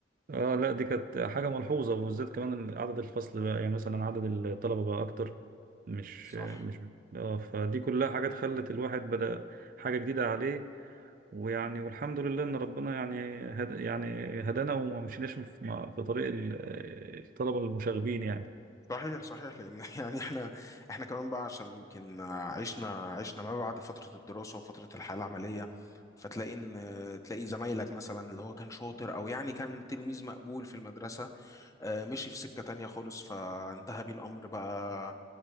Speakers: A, on the right; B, on the left.
A: اه لا دي كانت حاجة ملحوظة وبالذات كمان عدد الفصل بقى يعني مثلا عدد الطلبة بقى أكتر مش
B: صح
A: مش اه فدي كلها حاجات خلت الواحد بدأ حاجة جديدة عليه ويعني والحمد لله إن ربنا يعني هد يعني هدانا وما مشيناش في في طريق ال- آه، الطلبة المشاغبين يعني
B: صحيح صحيح لان <laughs> يعني احنا احنا كمان بقى عشان يمكن عشنا عشنا ما بعد فتره الدراسه وفتره الحياه العمليه فتلاقي ان تلاقي زمايلك مثلا اللي هو كان شاطر او يعني كان تلميذ مقبول في المدرسه آه، مشي في سكه تانية خالص فانتهى بيه الامر بقى